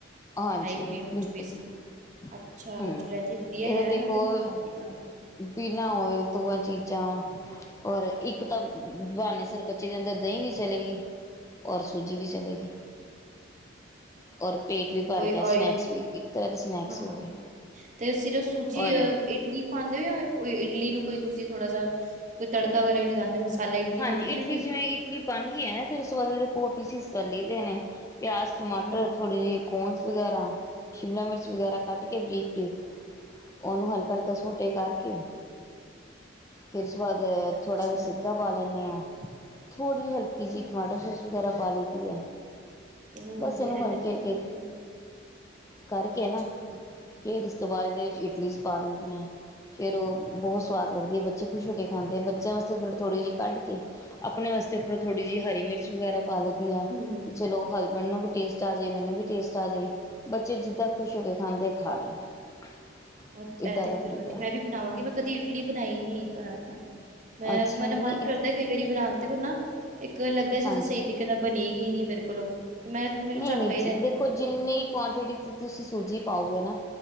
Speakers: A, on the left (about 15°); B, on the right (about 40°).
A: ਹਾਂਜੀ
B: ਨਹੀਂ ਫੀ ਆ ਕੁਛ
A: ਬਿਲਕੁਲ
B: ਵੀ ਸੀ,
A: ਬਿਲਕੁਲ
B: ਅੱਛਾ
A: ਹੂੰ
B: ਚਲ ਐ ਤੇ ਵਧੀਆ
A: ਇਹ
B: ਯਾਰ,
A: ਤਾਂ ਦੇਖੋ
B: ਮੈਂ ਵੀ ਬਣਾਵਾਂਗੀ ਘਰ।
A: ਬਿਨਾਂ ਓਇਲ ਤੋ ਐ ਚੀਜ਼ਾਂ ਔਰ, ਇੱਕ ਤਾਂ ਬਹਾਨੇ ਸਿਰ ਬੱਚੇ ਦੇ ਅੰਦਰ ਦਹੀਂ ਵੀ ਚਲੇਗੀ। ਔਰ, ਸੂਜੀ ਵੀ ਚਲੇਗੀ। ਔਰ ਪੇਟ ਵੀ ਭਰ
B: ਕੋਈ
A: ਗਿਆ,
B: ਆਇਲ
A: ਸਨੈਕਸ ਵੀ ਇੱਕ ਤਰ੍ਹਾਂ ਦੇ ਸਨੈਕਸ
B: ਹਾਂ,
A: ਹੋ ਗਏ।
B: ਤੇ ਸਿਰਫ ਸੂਜੀ
A: ਔਰ
B: ਅ ਇਡਲੀ ਖਾਂਦੇ ਹੋ, ਜਾਂ ਇਡਲੀ ਨੂੰ ਕੋਈ ਤੁਸੀਂ ਥੋੜਾ ਜਿਹਾ ਕੋਈ ਤੜਕਾ ਵਗੈਰਾ ਵੀ ਲਗਾਂਦੇ, ਮਸਾਲੇ ਇਡਲੀ
A: ਹਾਂਜੀ
B: ਲਿਆਦੇਂ
A: ਇਡਲੀ
B: ਜਾਂ ਕੋਈ
A: ਜਿਵੇਂ ਇਡਲੀ ਬਣ ਗਈ ਐ ਨਾ, ਫਿਰ ਉਸ ਤੋਂ ਬਾਅਦ ਫਿਰ ਉਹ ਪੀਸਿਸ ਕਰ ਲਈਦੇ ਨੇ, ਪਿਆਜ, ਟਮਾਟਰ,
B: ਹੁੰ,
A: ਥੋੜੇ ਜਿਹੇ ਕੋਨਸ ਵਗੈਰਾ, ਸ਼ਿਮਲਾ ਮਿਰਚ ਵਗੈਰਾ ਕੱਟ ਕੇ, ਬਰੀਕ-ਬਰੀਕ ਉਹਨੂੰ ਹਲਕਾ-ਹਲਕਾ ਸੋਟੇ ਕਰਕੇ, ਫਿਰ ਉਸ ਤੋਂ ਬਾਅਦ
B: ਅੱਛਾ,
A: ਥੋੜ੍ਹਾ ਜਿਹਾ ਸਿਰਕਾ ਪਾ ਲੈਂਨੇ ਆ, ਥੋੜ੍ਹੀ ਜਿ ਹਲਕੀ ਜੀ ਟਮਾਟੋ-ਸੋਸ ਵਗੈਰਾ ਪਾ ਲਈ ਦੀ ਆ।
B: ਓਹ
A: ਬਸ ਇਹਨੂੰ
B: ਯਾਰ ਇਹ
A: ਹਲਕੇ-ਹਲਕੇ,
B: ਤੇ ਹੁੰ,
A: ਕਰਕੇ
B: ਅੱਛਾ,
A: ਨਾ
B: ਅੱਛਾ।
A: ਫੇਰ ਇਸ ਤੋ ਬਾਦ, ਇਹਦੇ 'ਚ ਇਟਲੀ 'ਚ ਪਾ ਦ‌ਈਦੀਆਂ। ਫਿਰ ਉਹ ਬਹੁਤ ਸਵਾਦ ਲਗਦੀ ਏ, ਬੱਚੇ ਖੁਸ਼ ਹੋ ਕੇ ਖਾਂਦੇ। ਬੱਚ ਚਿਆਂ ਵਾਸਤੇ ਥੋੜ੍ਹੀ-ਥੋੜ੍ਹੀ ਜੀ ਕੱਢ ਕੇ, ਆਪਣੇ ਵਾਸਤੇ ਫਿਰ ਥੋੜ੍ਹੀ ਜੀ ਹਰੀ ਮਿਰਚ ਵਗੈਰਾ ਪਾ ਲਈ ਦੀ ਐ,
B: ਹੁੰ।
A: ਕਿ ਚਲੋ ਹਸਬੈਂਡ ਨੂੰ ਵੀ ਟੇਸਟ ਆਜੇ, ਮੈਨੂੰ ਵੀ ਟੇਸਟ ਆਜੇ, ਬੱਚੇ ਜਿੱਦਾਂ ਖੁਸ਼ ਹੋ ਕੇ ਖਾਂਦੇ, ਖਾ ਲੈਣ <inaudible>
B: ਅੱਛ,
A: ਇੱਦਾਂ
B: ਐ ਤੇ
A: ਕਰ
B: ਫਿਰ
A: ਲਈਦਾ
B: ਵਧੀ, ਮੈਂ ਵੀ ਬਣਾਵਾਂਗੀ ਮੈਂ ਕਦੀ ਇਟਲੀ ਬਨਾਂਈ ਨੀ ਏ ਘਰ ਨਾ ਮੈਂ
A: ਅੱਛਾ
B: ਮੈਨਾ
A: ਨਹੀਂ
B: ਮਨ ਕਰਦਾ ਕਈ ਵਾਰੀ ਬਨਾਂਣ ਤੇ ਫਿਰ ਨਾ, ਇੱਕ ਲੱਗਦਾ ਜ-ਜ
A: ਹਾਂਜੀ।
B: ਸਹੀ ਤਰੀਕੇ ਨਾ ਬਨੇਂਗੀ ਨੀ ਮੇਰੇ ਕੋਲ੍ਹੋ। ਤੇ ਮੈਂ, ਮੈਨੂੰ
A: ਨਹੀਂ-ਨਹੀਂ
B: ਝਾਕਾ ਈ
A: ਜੀ
B: ਰਹਿੰਦਾ।
A: ਦੇਖੋ ਜਿੰਨੀ ਕੁਆਂਟਿਟੀ 'ਚ ਤੁਸੀਂ ਸੂਜੀ ਪਾਓਗੇ ਨਾ,